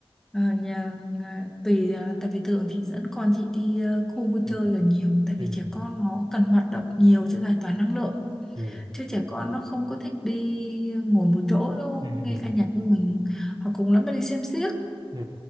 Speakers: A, in the centre; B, on the right.
A: Ờ, nhà, nhà- tùy à, tại vì thường chị dẫn con chị đi ờ, khu vui chơi
B: ừ
A: là nhiều tại
B: ừ
A: vì trẻ con nó cần hoạt động nhiều cho giải tỏa năng lượng
B: ừ
A: chứ trẻ con nó không có thích đi ngồi một chỗ đâu
B: ừ
A: nghe
B: ừ.
A: ca nhạc như mình hoặc cùng lắm là đi xem xiếc
B: Ừ.